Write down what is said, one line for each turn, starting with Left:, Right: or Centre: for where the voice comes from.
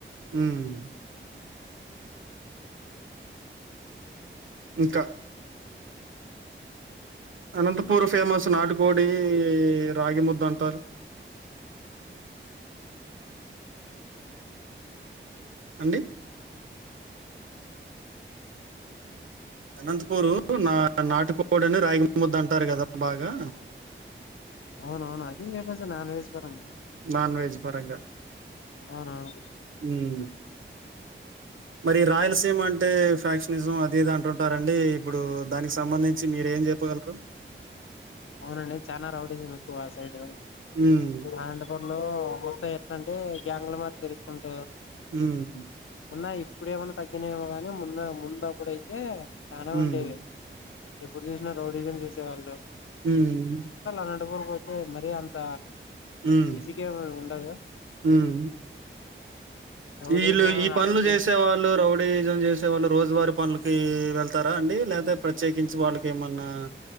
Right: ఉమ్మ్మ్ ఇంక అనంతపూర్ ఫేమస్ నాటికోడీ రాగి ముద్దంటారు <inaudible> అండి అనంతపూరూ నా నాటుకోడని రాగి ముద్దంటారు గదా బాగా
Left: అవునవును అది <unintelligible> నాన్వేజ్ పరంగ
Right: నాన్వేజ్ పరంగ
Left: అవునవును
Right: ఊమ్ మరీ రాయలసీమంటే ఫ్యాక్షనిజం అది ఇది అంటుంటారండీ ఇప్పుడూ దానికి సంబంధించి మి మీరేం జెప్పగల్రు
Left: అవునండి చానా రౌడీజం ఎక్కువాసైడ్
Right: హ్మ్
Left: అనంతపూర్ లో మొత్త ఎట్లంటే గ్యాంగుల మాది తిరుకుంట
Right: హ్మ్మ్
Left: ఉన్నాయి ఇప్పుడేమన్న తగ్గినయేమో గాని మున్న ముందప్పుడైతే చనా
Right: హ్మ్
Left: ఉండేవే ఎప్పుడు జూసినా రౌడీజం చూసేవాళ్ళం
Right: ఊమ్మ్
Left: అనంటపూర్ బోతే మరీ అంత
Right: హ్మ్
Left: ఈజీగేం ఉండదు
Right: హ్మ్.
Left: రౌడీజం
Right: ఈళ్ళు ఈ పనులు
Left: రాజకీయం
Right: జేసేవాళ్ళు రౌడీజం జేసేవాళ్ళు రోజువారి పన్లు కీ వెళ్తారా అండి లేతే ప్రత్యేకించి వాటికేమన్నా